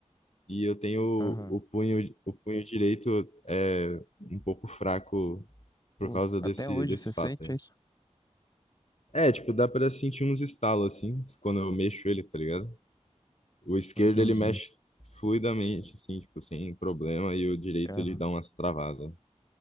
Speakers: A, on the left; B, on the left.
A: E eu tenho
B: aham.
A: o, punho, o punho direito é, um pouco fraco por
B: Pô,
A: causa
B: até
A: desse,
B: hoje
A: desse
B: você
A: fato
B: sente
A: aí.
B: isso?
A: É, tipo, dá pra sentir uns estalos, assim, quando eu mexo ele, tá ligado? O esquerdo,
B: Entendi.
A: ele mexe fluidamente, assim, tipo, sem problema. E o direito,
B: Aham.
A: ele dá umas travadas.